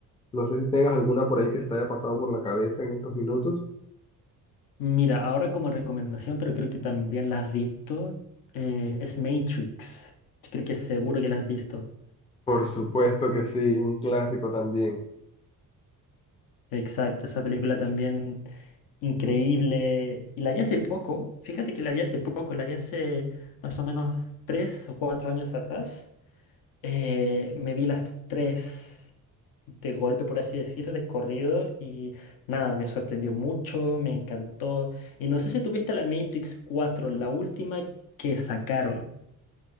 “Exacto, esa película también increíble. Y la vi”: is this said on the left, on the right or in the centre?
Left